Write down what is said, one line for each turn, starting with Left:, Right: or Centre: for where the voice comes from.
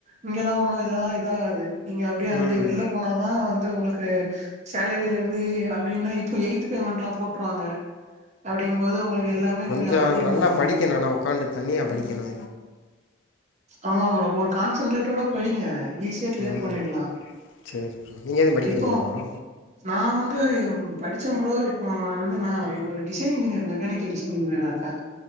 Right: இங்கெலா ஒன்னு இதா இதா ஆகாது நீங்க அப்டியே அங்குட்டு
Left: ம்
Right: வெள்ள போனாதா வந்து உங்ளுக்கு சேலரிலருந்து அப்டினா இப்ப எய்த் பேமெண்ட்லா போட்ருவாங்க அப்டிங்கும் போது உங்ளுக்கு எல்லாமே கொஞ்சோ
Left: ஞ்சா
Right: அதிகமா
Left: நல்லா
Right: இருக்கு
Left: படிக்கினோ ஆனா ஒக்கான்ட்டு தனியா படிக்கனோ
Right: ஆமா ப்ரோ ஒரு கான்சன்ட்ரேட்டோட படிங்க ஈசி யா கிளியர்
Left: ம்
Right: பண்ணிட்லா
Left: சேரி ப்ரோ நீங்க எதுவு படிக்கிறீங்களா
Right: இப்போ
Left: ப்ரோ
Right: நா வந்து படிச்சே ப்ரோ இப்போ வந்து ந ஒரு டிசைன் இன்ஜினியர் மெக்கானிக்கல் <unintelligible>